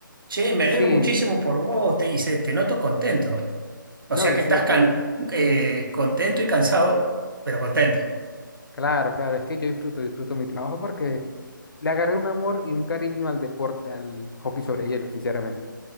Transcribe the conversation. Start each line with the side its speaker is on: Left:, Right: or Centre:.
Right: Che, me
Left: sí,
Right: alegro muchísimo por vos, te, y se- te noto contento. O
Left: no,
Right: sea
Left: que
Right: que estás
Left: sí, es que,
Right: can- eh, contento y cansado, pero contento.
Left: claro, claro, es que yo disfruto, disfruto mi trabajo porque le agarré un amor y un cariño al deporte, al hockey sobre hielo, sinceramente.